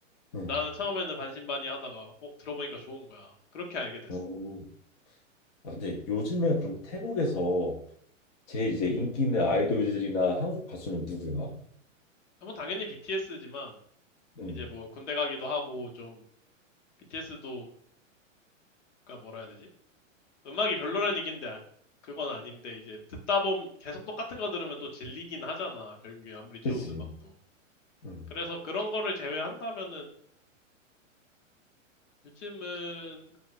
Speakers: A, on the left (about 30°); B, on the left (about 60°).
A: 음.
B: 나는 처음에는 반신반의 하다가, 어, 들어보니까 좋은 거야. 그렇게 알게 됐어.
A: 어, 아, 근데 요즘에 그럼 태국에서 제일 이제 인기 있는 아이돌들이나 한국 가수는 누구야?
B: 아, 뭐 당연히 BTS지만,
A: 음,
B: 이제 뭐 군대 가기도 하고 좀, BTS도, 가 뭐라 해야 되지? 음악이 별로란 얘긴데, 안- 그건 아닌데, 이제 듣다 보면 계속 똑같은 거 들으면 또 질리긴 하잖아. 결국에 아무리 좋은
A: 그지.
B: 음악도.
A: 음,
B: 그래서 그런 거를 제외한다면은 요즘은